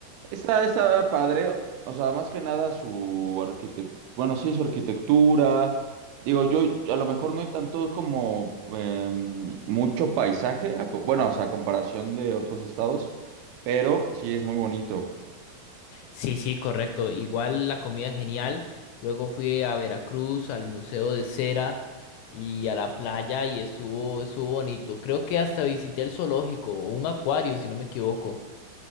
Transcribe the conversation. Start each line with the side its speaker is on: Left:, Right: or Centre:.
Right: está está padre, o sea, más que nada su arquitectura, bueno, sí, su arquitectura. Digo, yo a lo mejor no hay tanto como em, mucho paisaje, a co- bueno, o sea, a comparación de otros estados, pero sí es muy bonito.
Left: sí, sí, correcto. Igual la comida genial. Luego fui a Veracruz, al Museo de Cera y a la playa y estuvo, estuvo bonito. Creo que hasta visité el zoológico o un acuario, si no me equivoco.